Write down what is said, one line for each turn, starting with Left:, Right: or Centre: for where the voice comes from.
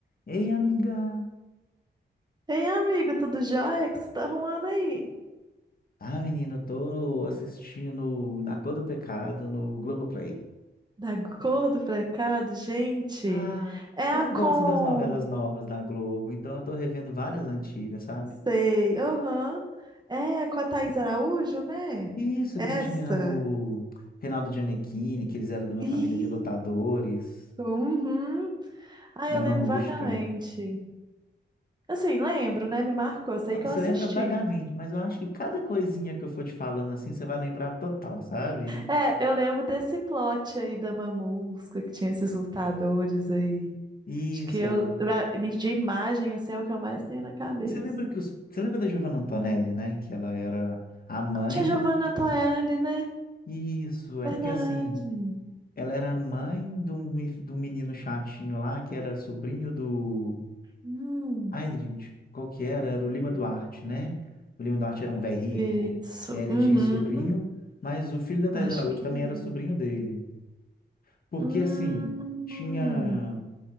Left: Ei, amiga!
Right: Ei, amigo, tudo jóia? O que você tá arrumando aí?
Left: Ah, menina, eu tô assistindo Na Cor do Pecado no Globoplay.
Right: Da cor do precado, gente.
Left: Ah,
Right: É
Left: eu
Right: a
Left: não
Right: com...
Left: gosto das novelas novas da Globo, então eu tô revendo várias antigas, sabe?
Right: Sei, aham. É com a Thaís Araújo, né?
Left: Isso
Right: Essa.
Left: que tinha o Reinaldo Gianecchini, que eles eram de uma
Right: Isso,
Left: família de lutadores,
Right: uhum. Ah,
Left: da
Right: eu
Left: Mamusca.
Right: lembro vagamente. Assim, lembro, né? Me marcou, sei
Left: Não,
Right: que
Left: você
Right: eu assisti.
Left: lembra vagamente, mas eu acho que cada coisinha que eu for te falando assim, você vai lembrar total, sabe?
Right: É, eu lembro desse plot aí da Mamusca, que tinha esses lutadores aí.
Left: Isso.
Right: Acho que eu, de imagem, assim, é o que eu mais tenho na cabeça.
Left: Você lembra que os... Você lembra da Giovanna Antonelli, né? Que ela era a mãe
Right: Tia Giovanna Toelli, né?
Left: Isso, é
Right: Verdade.
Left: porque assim, ela era mãe de um, me- de um menino chatinho lá, que era sobrinho do.
Right: Hum.
Left: Ai, gente, qual que era? Era o Lima Duarte, né? O Lima Duarte era um velho rico.
Right: Isso.
Left: E aí ele
Right: Uhum.
Left: tinha esse sobrinho, mas o filho da Thais
Right: Acho
Left: Araújo
Right: que
Left: também
Right: é.
Left: era sobrinho dele. Porque
Right: Hum.
Left: assim, tinha.